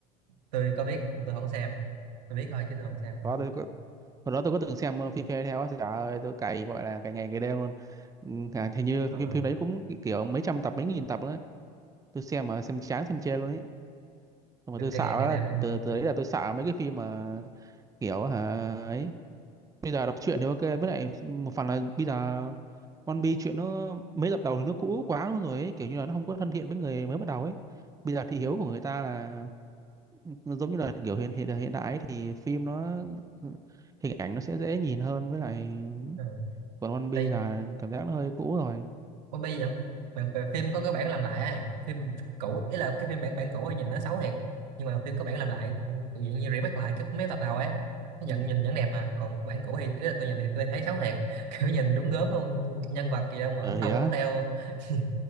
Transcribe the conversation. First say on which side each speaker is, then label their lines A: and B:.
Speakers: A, on the right (about 80°); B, on the right (about 15°).
A: tôi có biết mà tôi không xem tôi biết thôi chứ tôi không xem
B: đó tôi có, hồi đó tôi có từng xem ờ, phim Fairy Tail á trời ơi tôi cày gọi là cày ngày ngày đêm luôn Ừ, à, hình như
A: Ờ,
B: phim phim đấy cũng kiểu mấy trăm tập mấy nghìn tập luôn tôi xem mà xem chán xem chê luôn ấy Nhưng mà
A: kiểu
B: tôi
A: càng
B: sợ
A: ngày
B: quá
A: càng đêm luôn
B: từ từ đấy là tôi sợ mấy cái phim mà kiểu hả ấy bây giờ đọc truyện thì ok với lại một phần là bây giờ One Piece chuyện nó mấy tập đầu thì nó cũ quá luôn rồi ấy. kiểu như là nó không có thân thiện với người mới bắt đầu ấy bây giờ thị hiếu của người ta là nó giống như là kiểu hiện hiện hiện đại ấy, thì phim nó hình ảnh nó sẽ dễ nhìn hơn với lại
A: ừ.
B: còn One Piece
A: tại
B: là cảm giác nó hơi cũ rồi
A: One Piece vẫn bạn về phim có cái bản làm lại ấy. phim cũ ý là cái phim bản bản cũ ấy nhìn nó xấu thiệt nhưng mà phim có bản làm lại tự nhiên như remake lại cái mấy tập đầu ấy nó
B: ừ.
A: vẫn nhìn vẫn đẹp mà còn bản cũ thì ý là tôi nhìn thì tôi thấy xấu thiệt <laughs> kiểu nhìn đúng gớm luôn nhân vật gì đâu mà
B: ờ
A: ốm tông
B: thì đó
A: ốm teo <laughs> như,